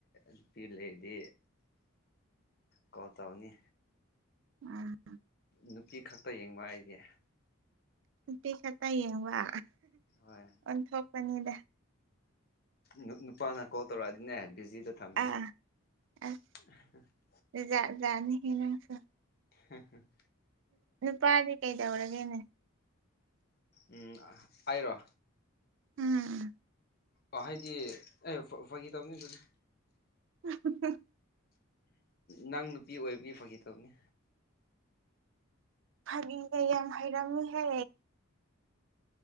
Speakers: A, on the left; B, on the right.
A: ꯅꯨꯄꯤ ꯂꯩꯔꯗꯤ ꯀꯧ ꯇꯥꯎꯅꯤ
B: ꯎꯝ
A: ꯅꯨꯄꯤ ꯈꯛꯇ ꯌꯦꯡꯕ ꯑꯩꯗꯤ ꯑꯍ
B: ꯅꯨꯄꯤ ꯈꯛꯇ ꯌꯦꯡꯕ
A: ꯍꯣꯏ
B: ꯑꯣꯟꯊꯣꯛꯄꯅꯤꯗ
A: ꯅꯨ ꯅꯨꯄꯥꯅ ꯀꯣꯜ ꯇꯧꯔꯛꯑꯗꯤꯅꯦ ꯕꯤꯖꯤꯗ ꯊꯝꯅꯤ
B: ꯑꯥ <inaudible>
A: <inaudible>
B: ꯖꯥꯠꯖꯥꯠꯅꯤꯍꯦ ꯅꯪꯁꯨ
A: ꯍꯍ
B: ꯅꯨꯄꯥꯗꯤ ꯀꯩꯗꯧꯔꯒꯦꯅꯦ
A: ꯎꯝ ꯑꯩꯔꯣ
B: ꯎꯝ
A: ꯑ ꯍꯥꯏꯗꯤ ꯑꯦ ꯐ ꯐꯒꯤ ꯇꯕꯅꯤ ꯑꯗꯨꯗꯤ
B: ꯎꯝꯍꯝꯍꯝ
A: ꯅꯪ ꯅꯨꯄꯤ ꯑꯣꯏꯕꯒꯤ ꯐꯒꯤ ꯇꯧꯕꯅꯤ
B: ꯐꯥꯒꯤꯒ ꯌꯥꯝ ꯍꯩꯔꯝꯃꯤꯍꯦ